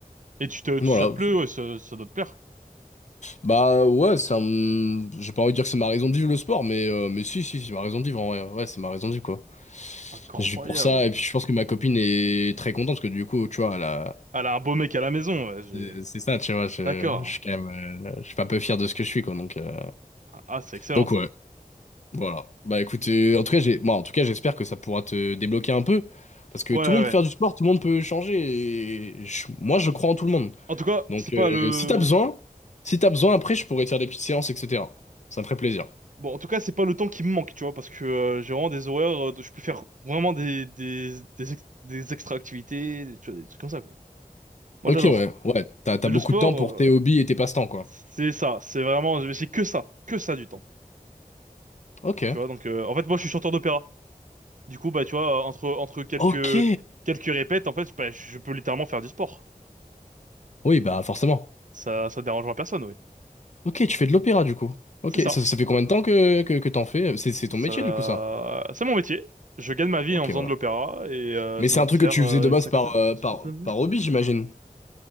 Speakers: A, on the right; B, on the left.
A: Et tu te,
B: Voilà.
A: tu, ça te plaît, ouais, ça, ça doit te plaire.
B: Bah ouais, c'est un... j'ai pas envie de dire que c'est ma raison de vivre le sport, mais, euh, mais si, si, c'est ma raison de vivre en vrai. Ouais, c'est ma raison de vivre, quoi.
A: Incroyable.
B: Je vis pour ça, et puis je pense que ma copine est très contente, parce que du coup, tu vois, elle a-
A: Elle a un beau mec à la maison, ouais, j'ai...
B: C'est c'est ça, tu vois, je,
A: D'accord.
B: je
A: hein.
B: suis quand même, euh, je suis pas peu fier de ce que je suis, quoi, donc, euh,
A: Ah, c'est excellent,
B: donc
A: ça.
B: ouais. Voilà. Bah écoute, euh, en tout cas, j'ai, moi, en tout cas, j'espère que ça pourra te débloquer un peu, parce que
A: Ouais,
B: tout
A: ouais.
B: le monde
A: ouais.
B: peut faire du sport, tout le monde peut changer. et je- moi, je crois en tout le monde.
A: En tout cas,
B: Donc,
A: c'est
B: euh,
A: pas le...
B: si t'as besoin, si t'as besoin, après, je pourrais te faire des petites séances, etc. Ça me ferait plaisir.
A: Bon, en tout cas, c'est pas le temps qui me manque, tu vois, parce que euh, j'ai vraiment des horaires, euh, de- je peux faire vraiment des, des, des, ex- des extra-activités, des- tu vois, des trucs comme ça, quoi. Moi,
B: Ok,
A: j'adore.
B: ouais, ouais. T'as, t'as
A: Mais
B: beaucoup
A: le sport,
B: de temps pour
A: euh,
B: tes hobbies et tes passe-temps, quoi.
A: c'est ça, c'est vraiment, c'est que ça, que ça du temps,
B: Ok.
A: tu vois. Donc, euh, en fait, moi, je suis chanteur d'opéra. Du coup, bah, tu vois, entre, entre quelques,
B: Ok.
A: quelques répètes, en fait, bah, je peux littéralement faire du sport.
B: Oui, bah forcément.
A: Ça, ça dérangera personne, oui.
B: Ok, tu fais de l'opéra du coup. Ok,
A: C'est ça.
B: ça, ça fait combien de temps que, que, que t'en fais? C'est, c'est
A: Ça,
B: ton métier du coup, ça.
A: c'est mon métier. Je gagne ma vie
B: Ok,
A: en faisant
B: ouais.
A: de l'opéra et euh,
B: Mais
A: ça
B: c'est
A: doit
B: un
A: faire
B: truc que tu
A: euh,
B: faisais de base
A: une cinquantaine,
B: par, euh,
A: cinquantaine
B: par,
A: d'années.
B: par hobby, j'imagine,